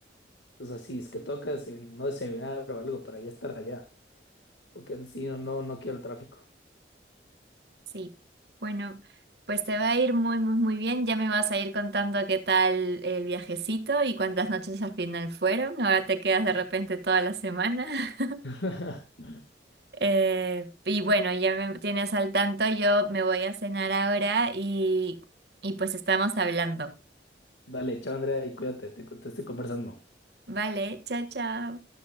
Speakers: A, on the left; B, on the right.
A: entonces, si es que toca desayun- no desayunar o algo para ya estar allá. Porque si no, no, no quiero el tráfico.
B: Sí. Bueno, pues te va a ir muy, muy, muy bien. Ya me vas a ir contando qué tal el viajecito y cuántas noches al final fueron. Ahora te quedas de repente toda la semana. <laughs>
A: <laughs>
B: Eh, y bueno, ya me tienes al tanto. Yo me voy a cenar ahora y, y pues estamos hablando.
A: Dale, chao, Andrea, y cuídate, te, te estoy conversando.
B: Vale, chao, chao.